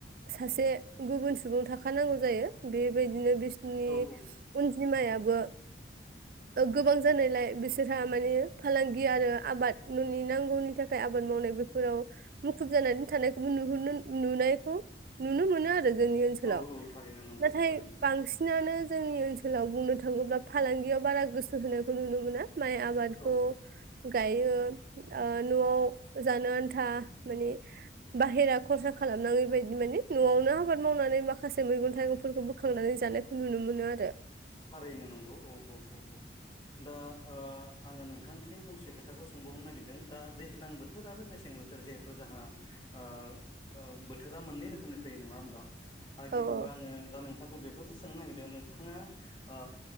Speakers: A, on the right (about 50°); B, on the left (about 25°).
A: सासे गुबुन सुबुं थाखानांगौ जायो बेबायदिनो बिसिनि
B: औ
A: अनजिमायाबो गोबां जानायलाय बिसोरहा माने फालांगि आरो आबाद न'नि नांगौनि था खाय आबाद मावनाय बेफोराव मुखुब जानानै थानायखौबो नुहुरनो नुनायखौ नुनो मोनो आरो जोंनि ओनसोलाव
B: औ औ थारैनो नंगौ
A: नाथाय
B: थारैनो
A: बांसिनानो जोंनि ओनसोलाव बुंनो थाङोब्ला फालांगियाव बारा गोसो होनायखौ नुनो मोना। माइ आबादखौ
B: औ
A: गायो ओ न'आव जानोआन्था माने बाहेरा खरसा खालामनाङै बायदि माने न'आव नो आबाद मावनानै माखासे मैगं थाइगंफोरखौ बोखांनानै जानायखौ नुनो मोनो आरो।
B: थारैनो नांगौ औ औ औ औ दा ओ आंङो नोंथांनिसिम फंसे खोथाखौ सोंबावनो नागिरदों दा दैज्लां बोथोर आरो मेसें बोथोर जिहेथु जाहा ओ ओ बोथोरा मोननै रोखोमनि फैयो नंङा होमबा? ओ गिबियाव
A: औ औ
B: आंङो दा नोंथांखौ बेखौसो सोंनो नागिरदों नोंथांङा ओ